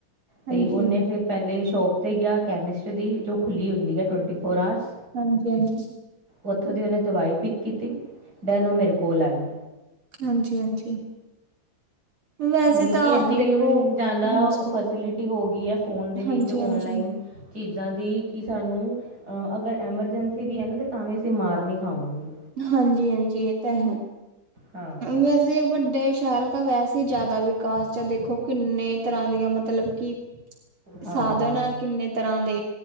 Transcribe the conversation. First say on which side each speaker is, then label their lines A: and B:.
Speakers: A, on the right; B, on the right.
A: ਤੇ
B: ਹਾਂਜੀ
A: ਉਹਨੇ ਫਿਰ ਪਹਿਲੇ ਸ਼ੋਪ ਤੇ ਗਿਆ ਕੈਮਿਸਟ ਦੀ, ਜੋ ਖੁੱਲ੍ਹੀ ਹੁੰਦੀ ਹੈਟਵੈਂਟੀ ਫੋਰ ਆਰਸ
B: ਹਾਂਜੀ, ਹਾਂਜੀ।
A: ਉੱਥੋਂ ਦੀ, ਉਹਨੇ ਦਵਾਈ ਪਿੱਕ ਕੀਤੀ। ਡੈਨ ਉਹ ਮੇਰੇ ਕੋਲ ਆਇਆ,
B: ਹਾਂਜੀ-ਹਾਂਜੀ, ਵੈਸੇ
A: ਮਤਲਬ
B: ਤਾਂ
A: ਕਿ ਐਨੀ
B: ਦੇਖੋ
A: ਜ਼ਿਆਦਾ
B: ਹਾਂਜੀ,
A: ਫੈਸਿਲਿਟੀ ਹੋ ਗਈ ਹੈ, ਫੋਨ ਦੇ ਵਿੱਚ
B: ਹਾਂਜੀ-ਹਾਂਜੀ।
A: ਓਨਲਾਈਨ ਚੀਜ਼ਾਂ ਦੀ, ਕਿ ਸਾਨੂੰ ਅਗਰ ਐਮਰਜੈਂਸੀ ਵੀ ਹੈ ਨਾ ਤੇ ਤਾਂ ਵੀ ਅਸੀਂ ਮਾਰ ਨਹੀਂ ਖਾਵਾਂਗੇ।
B: ਹਾਂਜੀ ਹਾਂਜੀ, ਇਹ ਤਾਂ ਹੈ।
A: ਹਾਂ
B: ਵੈਸੇ ਵੱਡੇ ਸ਼ਹਿਰ ਤਾਂ ਵੈਸੇ ਹੀ, ਜ਼ਿਆਦਾ ਵਿਕਾਸ 'ਚ ਦੇਖੋ ਕਿੰਨੇ ਤਰ੍ਹਾਂ ਦੀਆਂ, ਮਤਲਬ ਕਿ
A: ਹਾਂ
B: ਸਾਧਨ ਆ ਕਿੰਨੇ ਤਰਾਂ ਦੇ